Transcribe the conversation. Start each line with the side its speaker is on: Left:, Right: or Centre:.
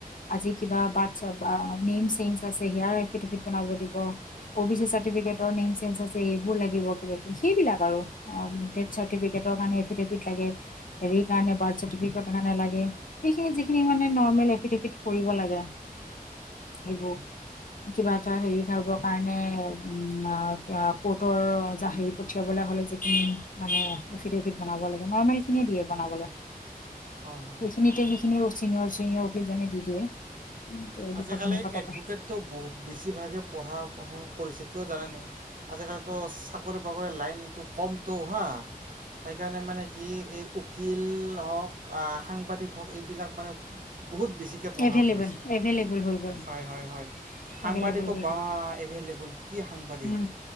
Left: আজি কিবা বাৰ্ট চা বাঅ নেম চে্জ আছে হেয়াৰ এফিডেফিট বনাব দিব
Right: হয় দিয়া
Left: অ বি চি চাৰ্টিফিকেটৰ নেম চেঞ্জ আছে এইবোৰ লাগিব কিবা কিবি সেইবিলাক আৰু আৰু
Right: উম।
Left: ডেট চাৰ্টিফিকেটৰ কাৰণে এফিডেফিট লাগে হেৰি কাৰণে বাৰ্থ চাৰ্টিফিকেট কাৰণে লাগে সেইখিনি যিখিনি মানে নৰ্মেল এফিডেভিট কৰিব লাগে
Right: উম
Left: সেইবোৰ কিবা ত হেৰি কৰিবৰ কাৰণে উম অ কোৰ্টৰ জাহিৰ পঠিয়াবলৈ হলে যিখিনি মানে এফিডেফিট বনাব লাগে নৰ্মেল খিনিয়ে দিয়ে বনাবলে
Right: হয় হয়।
Left: এইখিনিতে সেইখিনিও চিনিয়ছ ইয় অফি জানে দি দিয়ে দুশ
Right: আজিকালি
Left: তিনিশ টকা
Right: এডভোকেতটো বু বেছিভাগে পঢ়া পঢ়ো কৰিছে কিয় জানে নাই আজিকালিতো চাকৰি পাবলৈ লাইনটো কমটো হা সেইকাৰণে মানে কি এই উকিল হওক আ সাংবাদিক হওক এইবিলাক মানে বহুত বেছিকে পঢ়া
Left: এভেইলেবল
Right: পঢ়িছে
Left: এভেইলেবল হৈ গ'ল
Right: হয় হয় হয় সাংবাদিকো
Left: এভেইলেবল হৈ
Right: বা
Left: গ'ল
Right: এভেলেবোল কি সাংবাদিক
Left: উম